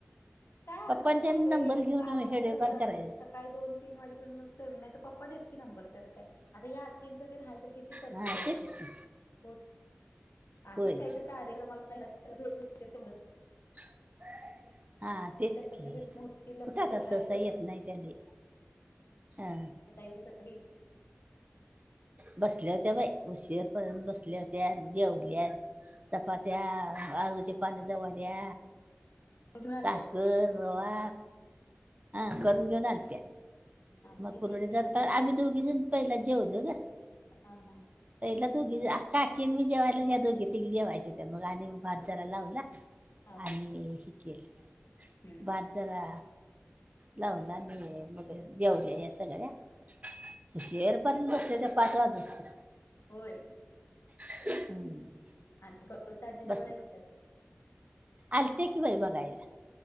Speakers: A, on the left (about 90°); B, on the right (about 35°).
A: काय
B: पप्पांच्या
A: कसं होतय
B: नंबर घेऊन
A: कामच
B: व्हिडिओ कॉल कराय
A: काही दोन ती वाजेपर्यंत नुसत येऊन नाही तर पप्प देत की नंबरत काय आता या तींच तीन हा तर किती करते
B: हा
A: ते्हा
B: तेच
A: फोन
B: की
A: हो. असंच
B: होय
A: काहीतरी कार्यक्रमाला भेटून तेवढ
B: का? हा तेच
A: लग्न
B: की
A: बिग्न होतील लवकर
B: कुठ तस
A: करायचं
B: असं येत नाही त्याले हा.
A: टायचं सगळी.
B: बसल्या होत्या बाई उशीरपर्यंत बसल्या हो. त्या जेवल्या चपात्या, आळूचे पाण्याचा वड्या.
A: घेऊन आलत्या
B: साखर रवा. हा
A: बघ
B: करून घेऊन आलत
A: आती
B: मग कुरड्या
A: कशाला
B: ज आम्ही
A: यायचं?
B: दोघी जण पहिला जेवलो ग.
A: हा हा.
B: तरला दोघी काकीन मी जेवायला्या दोघी ती जेवायचे हो त्या मग आणि मी भात जराा लावला.
A: हम्.
B: आणि हे केल
A: हम्म.
B: भद जरा लावून ला म मग जेवल्या या सगळ्या हुशीर पर्यंत बसले ते पाच वाज बसत.
A: होय.
B: हम्म.
A: आणि कच आजीना
B: बस
A: बरं आहे का
B: आलते की बाई बघायला.